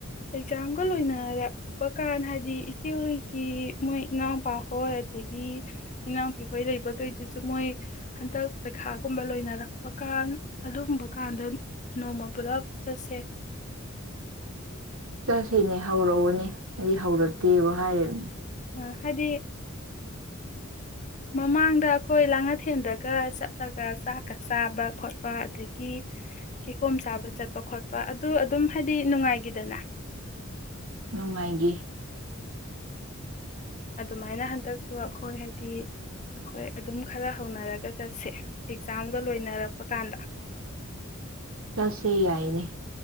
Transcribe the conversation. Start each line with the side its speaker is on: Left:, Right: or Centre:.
Left: ꯑꯦꯛꯖꯥꯝꯒ ꯂꯣꯏꯅꯔꯛꯄ ꯀꯥꯟ ꯍꯥꯏꯗꯤ ꯏꯆꯦꯍꯣꯏꯒꯤ ꯃꯣꯏ ꯏꯅꯥꯎꯄꯥ ꯍꯣꯏ ꯑꯗꯒꯤ ꯏꯅꯥꯎꯄꯤ ꯍꯣꯏ ꯂꯩꯕꯒꯩꯗꯨꯖꯨ ꯃꯣꯏ ꯍꯟꯗꯛ ꯄꯩꯈꯥꯒꯨꯝꯕ ꯂꯣꯏꯅꯔꯛꯄ ꯀꯥꯟ ꯑꯗꯨꯝꯕ ꯀꯥꯟꯗ ꯅꯣꯡꯃ ꯄꯨꯂꯞ ꯆꯁꯦ
Right: ꯆꯠꯁꯤꯅꯦ ꯍꯧꯔꯛꯎꯅꯦ ꯑꯩꯗꯤ ꯍꯧꯔꯛꯇꯦꯕꯨ ꯍꯥꯏꯔꯤꯝꯅꯤ
Left: ꯑ ꯍꯥꯏꯗꯤ ꯃꯃꯥꯡꯗ ꯑꯈꯣꯏ ꯂꯥꯡꯉꯊꯦꯟꯗꯒ ꯆꯠꯂꯒ ꯆꯥꯛꯀ ꯆꯥꯕ ꯈꯣꯠꯄ ꯑꯗꯒꯤ ꯀꯤꯍꯣꯝ ꯁꯥꯕ ꯆꯠꯄ ꯈꯣꯠꯄ ꯑꯗꯨ ꯑꯗꯨꯝ ꯍꯥꯏꯗꯤ ꯅꯨꯡꯉꯥꯏꯒꯤꯗꯅ
Right: ꯅꯨꯡꯉꯥꯏꯒꯤ
Left: ꯑꯗꯨꯃꯥꯏꯅ ꯍꯟꯗꯛꯁꯨ ꯑꯈꯣꯏ ꯍꯥꯏꯗꯤ ꯑꯈꯣꯏ ꯑꯗꯨꯝ ꯈꯔ ꯍꯧꯅꯔꯒ ꯆꯠꯁꯦ ꯑꯦꯛꯖꯥꯝꯒ ꯂꯣꯏꯅꯔꯛꯄ ꯀꯥꯟꯗ
Right: ꯆꯠꯁꯦ ꯌꯥꯏꯅꯦ